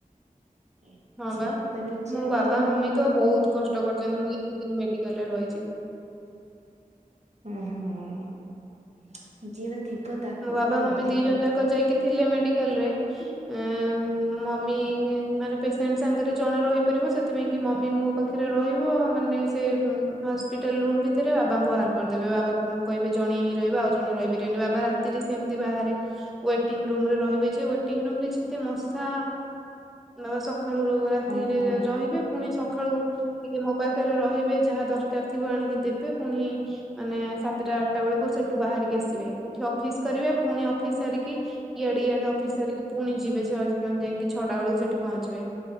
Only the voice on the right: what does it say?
ଏଇଆ ହଉଛି
ସେମିତି କିଛି
ରହିଲି
କିନ୍ତୁ
ମୋ
ଉଁ ହୁଁ ଯିଏ ବି ଥିବ ତାକୁ
ମାନେ
ଅଧିକ
ହଁ ହଁ।